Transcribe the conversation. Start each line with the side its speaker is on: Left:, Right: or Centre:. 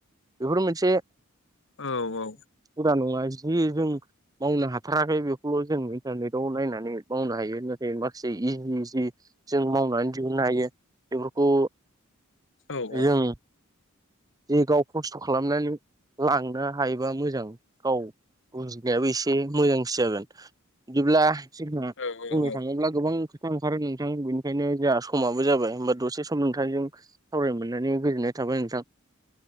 Right: बेफोर मोनसे
Left: औ-औ
Right: फुरा नङा जि जों मावनो हात्राखै बेखौल' जों इन्टारनेटआव नायनानै मावनो हायो नाथाय माखासे इ-इजि जों मावनानै दिहुननो हायो बेफोरखौ
Left: औ-औ
Right: जों जे गाव खस्थ' खालामनानै लांनो हायोबा मोजां गाव बुंजिनायाबो एसे मोजांसो जागोन बिदिब्ला जोंहा
Left: औ
Right: बुंनो
Left: औ
Right: थाङोब्ला गोबां खोथा ओंखारो नोंथां बेनिखायनो जोंहा समाबो जाबाय होमबा दसे सम नोंथांजों सावरायनो मोननानै गोजोननाय थाबाय नोंथां।